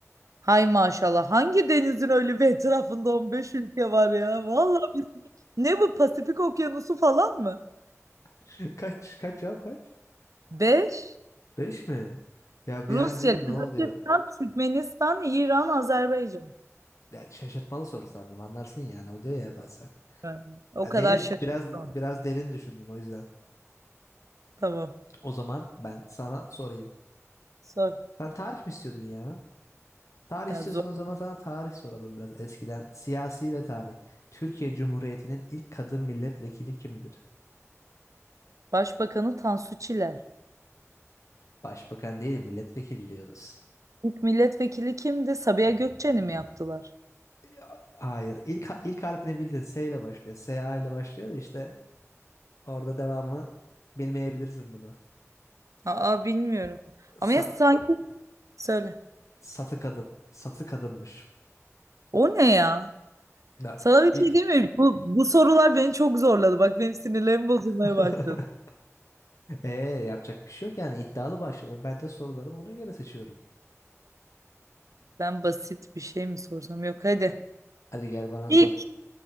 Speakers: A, on the right; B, on the left.
A: Hay maşallah. Hangi denizin öyle bir etrafında 15 ülke var ya? Vallahi biz- ne bu Pasifik Okyanusu falan mı?
B: <laughs> Kaç kaç ya kaç?
A: 5.
B: 5 mi? Ya bir
A: Rusya,
B: an dedim
A: Kazakistan,
B: ne oluyor?
A: Türkmenistan, İran, Azerbaycan.
B: Ya şaşırtmalı soru sandım anlarsın yani oluyor ya bazen.
A: Yani o
B: Ya
A: kadar
B: derin
A: şaşırdım.
B: biraz biraz derin düşündüm o yüzden.
A: Tamam.
B: O zaman ben sana sorayım.
A: Sor.
B: Sen tarih mi istiyordun ya? Tarih
A: Ya
B: istiyorsan
A: zor.
B: o zaman sana tarih soralım biraz eskiden. Siyasi ve tarih. Türkiye Cumhuriyeti'nin ilk kadın milletvekili kimdir?
A: Başbakanı Tansu Çiller.
B: Başbakan değil, milletvekili diyoruz.
A: İlk milletvekili kimdi? Sabiha Gökçen'i mi yaptılar?
B: Ya, Hayır. İlk, ilk harfini bildin. S ile başlıyor. S A ile başlıyor da işte orada devamı bilmeyebilirsin bunu.
A: Aa bilmiyorum.
B: Sa-
A: Ama ya sanki söyle.
B: satı kadın. Satı kadınmış.
A: O ne ya?
B: Ya,
A: Sana bir
B: i-
A: şey diyeyim mi? Bu, bu sorular beni çok zorladı. Bak benim sinirlerim bozulmaya
B: <laughs>
A: başladı.
B: Ee, yapacak bir şey yok yani iddialı başladım. Ben de sorularımı ona göre seçiyorum.
A: Ben basit bir şey mi sorsam? Yok hadi.
B: Hadi gel bana
A: İlk,
B: sor.